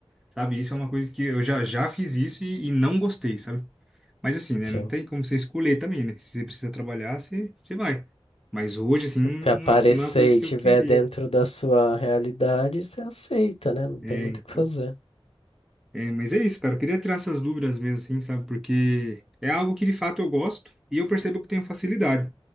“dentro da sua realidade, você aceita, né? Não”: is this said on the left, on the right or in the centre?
Left